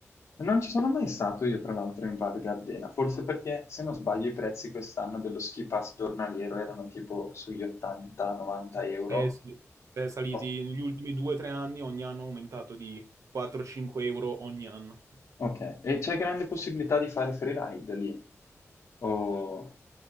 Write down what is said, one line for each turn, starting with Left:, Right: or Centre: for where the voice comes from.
Left: Non ci sono mai stato io, tra l'altro, in Val Gardena, forse perché, se non sbaglio, i prezzi quest'anno dello ski pass giornaliero erano tipo sugli 80-90
Right: Sì.
Left: euro.
Right: Eh sì, è saliti
Left: Oh,
Right: negli ultimi due o tre anni, ogni anno è aumentato di 4-5 euro ogni anno.
Left: Ok, e c'è grande possibilità di fare freeride lì? Oh,